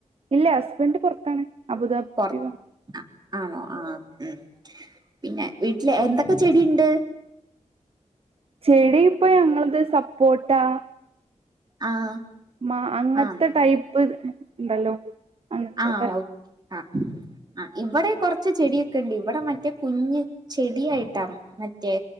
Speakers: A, on the right; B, on the right.
A: ഇല്ല ഹസ്ബൻഡ് പുറത്താണ് അബുദാബി
B: പൊറ ആണോ ആ ഉം പിന്നെ വീട്ടില് എന്തൊക്കെ ചെടിണ്ട്
A: ചെടി ഇപ്പൊ ഞങ്ങളത് സപ്പോട്ടാ
B: ആഹ്
A: മാ അങ്ങത്തെ
B: ആഹ്
A: ടൈപ്പ് ഉണ്ടല്ലോ അങ്ങനത്തെ
B: ആഹ്
A: തര
B: ഓഹ് ആഹ് ആഹ് ഇവിടെ കുറച്ച് കൊച്ച് ചെടിയൊക്കെ ഇണ്ട് ഇവിടെ മറ്റേ കുഞ്ഞ് ചെടായിട്ടാ മറ്റേ